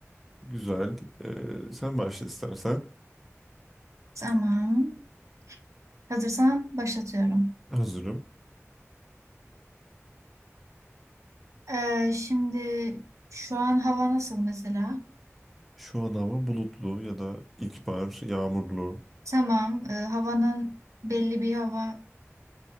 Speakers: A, in the centre; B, on the right.
A: Güzel. Ee, sen başla istersen.
B: Tamam. Hazırsan başlatıyorum.
A: Hazırım.
B: Ee, şimdi şu an hava nasıl mesela?
A: Şu an hava bulutlu ya da ilkbahar, yağmurlu.
B: Tamam. e, havanın belli bir hava